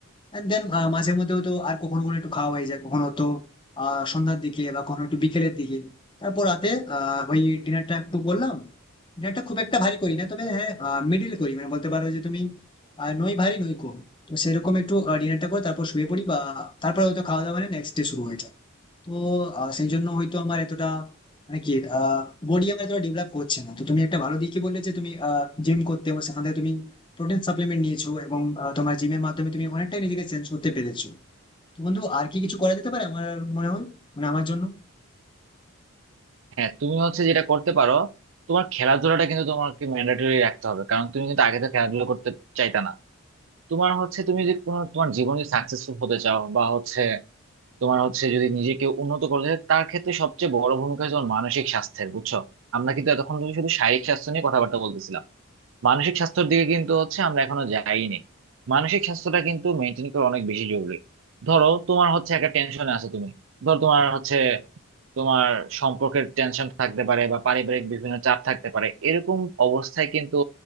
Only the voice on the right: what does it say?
হ্যাঁ তুমি হচ্ছে যেটা করতে পারো তোমার খেলাধুলাটা কিন্তু তোমাকে ম্যান্ডেটরি রাখতে হবে কারণ তুমি কিন্তু আগে তো খেলাধুলা করতে চাইতা না তোমার হচ্ছে তুমি যদি কোনো তোমার জীবনে সাকসেসফুল হতে চাও বা হচ্ছে তোমার হচ্ছে যদি নিজেকে উন্নত করতে চাও তার ক্ষেত্রে সবচেয়ে বড় ভূমিকা হচ্ছে তোমার মানসিক স্বাস্থ্যের বুঝছো আমরা কিন্তু এতক্ষণ ধরে শুধু শারীরিক স্বাস্থ্য নিয়ে কথাবার্তা বলতেছিলাম মানসিক স্বাস্থ্যের দিকে কিন্তু হচ্ছে আমরা এখনো যাইনি মানসিক স্বাস্থ্যটা কিন্তু মেনটেন করা অনেক বেশি জরুরি ধরো তোমার হচ্ছে একটা টেনশনে আছো তুমি ধরো তোমার হচ্ছে তোমার সম্পর্কের টেনশন থাকতে পারে বা পারিবারিক বিভিন্ন চাপ থাকতে পারে এরকম অবস্থায় কিন্তু